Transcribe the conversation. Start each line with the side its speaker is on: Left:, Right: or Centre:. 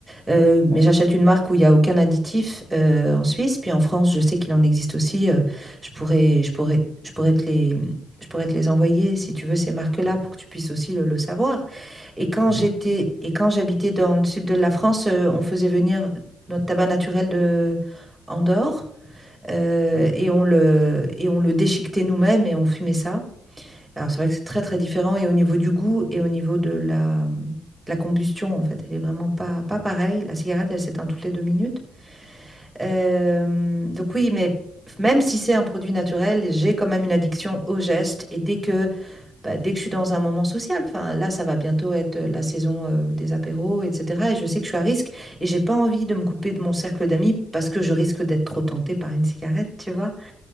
Centre: Euh, mais
Left: Ouais.
Centre: j'achète une marque où il n'y a aucun additif euh, en Suisse. Puis en France, je sais qu'il en existe aussi. euh, je pourrais, je pourrais, je pourrais te les, je pourrais te les envoyer si tu veux ces marques-là pour que tu puisses aussi le, le savoir. Et quand
Left: Mhm.
Centre: j'étais, et quand j'habitais dans le sud de la France, euh, on faisait venir notre tabac naturel de Andorre euh,
Left: Ouais.
Centre: et on le, et on le déchiquetait nous-mêmes et on fumait ça. Alors, c'est vrai que c'est très, très différent. Et au niveau du goût et au niveau de la, de la combustion, en fait, elle est vraiment pas, pas pareille. La cigarette, elle s'éteint toutes les deux minutes. Euh, donc, oui, mais même si c'est un produit naturel, j'ai quand même une addiction au geste. Et dès que, bah, dès que je suis dans un moment social, enfin, là, ça va bientôt être euh, la saison euh, des apéros, etc. Et je sais que je suis à risque et j'ai pas envie de me couper de mon cercle d'amis parce que je risque d'être trop tentée par une cigarette, tu vois.